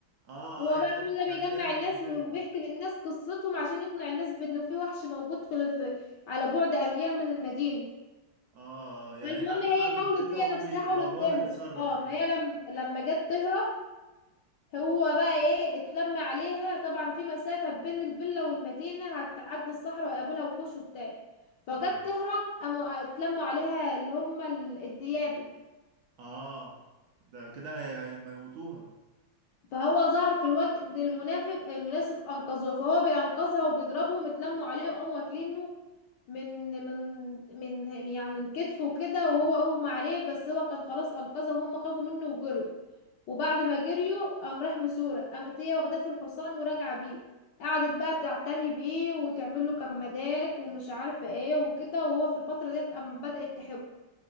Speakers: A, on the right (about 65°); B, on the left (about 70°).
A: اه
B: هو
A: اه يعني
B: بقى
A: هي
B: كل ده
A: يعني
B: بيجمع
A: هي في
B: الناس
A: الفيلا
B: وبيحكي للناس قصتهم عشان يقنع الناس بانه في وحش موجود في في- على بعد اميال من المدينه
A: اه آه، يعني
B: فالمهم
A: هي قعدت
B: هي
A: معاه في
B: حاولت
A: الفيلا
B: هي
A: وابوه
B: نفسها
A: بي...
B: حاولت
A: وابوها
B: تهرب
A: بيتصرف
B: اه
A: يعني
B: فهي لم... لما جت تهرب هو بقى ايه اتلم عليها طبعا في مسافة بين الفيلا والمدينة هتعدي الصحراء ويقابلها وحوش وبتاع فجت
A: اه
B: تهرب قاموا اتلموا عليها اللي هم ال- الديابة
A: اه ده كده هي- هيموتوها
B: فهو ظهر في الوقت المنافق المناسب انقذوها فهو بينقذها وبيضربهم اتلموا عليه وقاموا واكلينه من من من يعني من كتفه كده وهو اغمى عليه بس هو كان خلاص انقذه وهم خافوا منه وجروا وبعد ما جريوا قام راح مسورة قامت هي واخداه في الحصان وراجعة بيه قعدت بقى تعتني بيه وتعمل له كمادات ومش عارفة ايه وكده وهو في الفترة ديت قام بدأت تحبه